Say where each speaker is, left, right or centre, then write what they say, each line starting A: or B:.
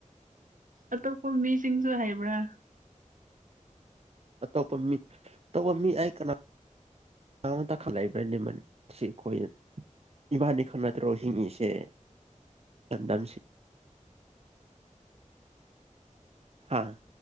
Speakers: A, on the right; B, on the right.
A: ꯑꯇꯣꯞꯄ ꯃꯤꯁꯤꯡꯁꯨ ꯍꯥꯏꯕ꯭ꯔꯥ
B: ꯑꯇꯣꯞꯄ ꯃꯤ ꯑꯇꯣꯞꯄ ꯃꯤ ꯍꯥꯏ ꯀꯅꯥ <unintelligible> ꯏꯕꯥꯅꯤ ꯈꯪ ꯅꯠꯇ꯭ꯔꯣ ꯍꯤꯡꯉꯤꯁꯦ ꯌꯥꯝꯗꯝꯁꯦ ꯍꯥ